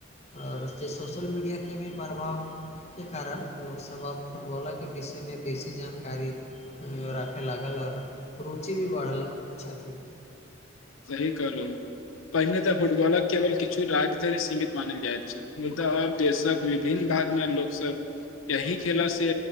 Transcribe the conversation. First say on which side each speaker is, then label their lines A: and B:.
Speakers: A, on the left; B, on the left.
A: आओर से सोशल मीडियाके भी प्रभाव के कारण लोकसभ अब फुटबॉल के विषयमे बेसी जानकारी राखय लागल आ रुचि भी बढ़ल छथिन
B: सही कहलहु पहिने तऽ फुटबॉलक केवल किछु राज्य धरि सीमित मानल जाइत छै नहि तऽ आर देशक विभिन्न भाग मे लोक सब यही खेला से